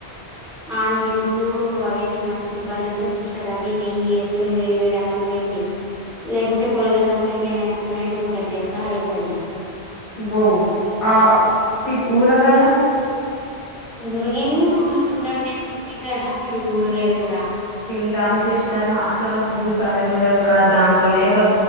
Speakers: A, in the centre; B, on the left (about 50°).
A: ఆనియన్సు అవన్నీ మంచి బలుంటయి సిస్టర్ అవి నెయ్యి ఏసుకొని వేడి వేడి అన్నాం లే కి లేకుంటే పులగన్నం లేకయినా ఎక్సలెంటుగుంటది తెలుసా రైస్ అది
B: అబ్బో ఆ పిక్ ఊరగాయా
A: ఊరగాయలు <unintelligible> తింటాడా మీరు ఊరగాయలు గూడా
B: తింటాం సిస్టర్ హాస్టల్ లో ఫుడ్ సరింగుండదు కదా దాంతోనే బ